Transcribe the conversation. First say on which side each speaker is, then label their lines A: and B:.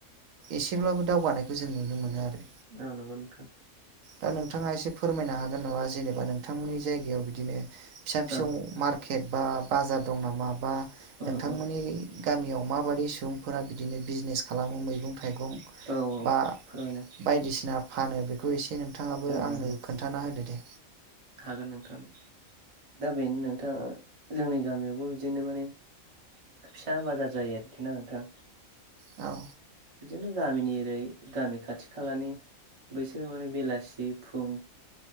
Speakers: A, on the right; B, on the right.
A: एसेब्लाबो दावगानायखौ जों नुनो मोनो आरो
B: आ नांगौ नोंथां
A: दा नोंथाङा एसे फोरमायनो हागोन नङा जेनेबा नोंथांमोननि जायगायाव बिदिनो फिसा फिसौ
B: औ
A: मार्केट बा बाजार दं नामा बा नोंथांमोननि
B: उम उम
A: गामियाव माबादि सुबुंफोरा बिदिनो बिजनेस खालामो मैगं- थाइगं
B: औ
A: बा
B: फोरमायनो
A: बायदिसिना फानो बेखौ एसे नों नोंथाङाबो
B: औ
A: आंनो
B: नंगौ
A: खोनथाना होदो दे
B: हागोन नोंथां दा बेनो नोंथाङा जोंनि गामियावबो बिदिनो माने फिसा बाजार जायो आरोखि ना नोंथां
A: औ
B: बिदिनो गामिनि ओरै गामि खाथि-खालानि बैसोरो माने बेलासि फुं